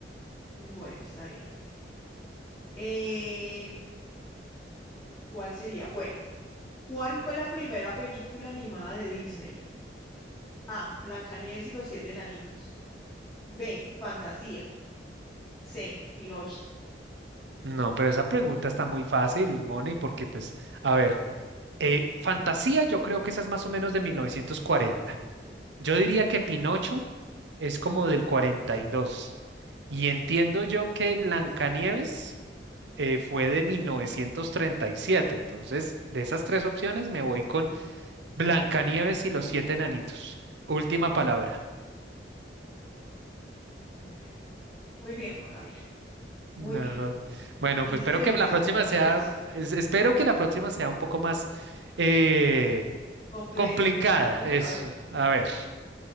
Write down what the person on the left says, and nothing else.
Bueno, está bien. Eh, ¿cuál sería? Bueno, ¿cuál fue la primera película animada de Disney? A. Blancanieves y los siete enanitos. B. Fantasía. C. Pinocho.
Mm, bueno, muy bien, Juan Camilo.
Muy bien.
Diste
en
el clavo,
como
se dice.
Compleja.
Vamos
a ver.